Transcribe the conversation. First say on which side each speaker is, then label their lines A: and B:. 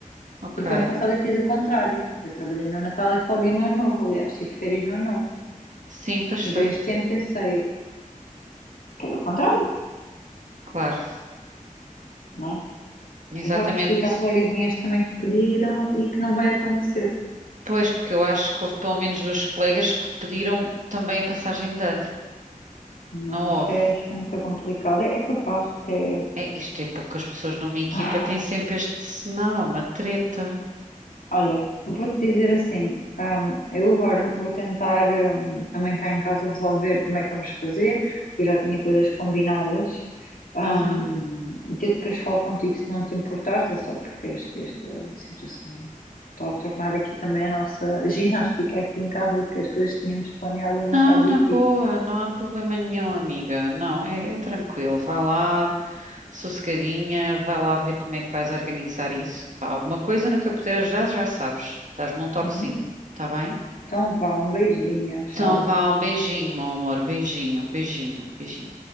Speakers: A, on the right; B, on the left.
A: ok.
B: porque o ano passado eu fiz o contrário. Eu trabalhei no Natal e folguei no Ano Novo, aliás, tive férias no Ano Novo.
A: Sim, pois
B: Então
A: foi.
B: este ano pensei que era o contrário,
A: Claro,
B: não é?
A: exatamente.
B: Eu já percebi que há colegas minhas também que pediram e que não vai acontecer.
A: Pois, porque eu acho que houve pelo menos duas colegas que pediram também a passagem de ano.
B: Não,
A: Não houve.
B: isto é, isto é muito complicado. É, é capaz, isto
A: É, isto é poucas pessoas numa equipa,
B: é. <sighs>
A: tem sempre este senão, é uma treta.
B: Olha, vou-te dizer assim, hum, eu agora vou tentar hum, também cá em casa resolver como é que vamos fazer, porque eu já tinha coisas combinadas. Hum,
A: Aham.
B: e eu depois falo contigo se não te importares, é só porque este- esta situação está a tornar aqui também a nossa <laughs> ginástica aqui em casa, que as coisas que tínhamos planeadas um
A: Não,
B: bocado
A: na
B: difícil.
A: boa, não há problema nenhum, amiga. Não, é, é tranquilo. Vá lá, sossegadinha, vá lá ver como é que vais organizar isso. Pá, alguma coisa no que eu puder ajudar, já sabes. Dás-me um toquezinho,
B: Uhum.
A: tá bem?
B: Então vá, um beijinho, tchau.
A: Então vá, um beijinho, meu amor. Beijinho, beijinho, beijinho.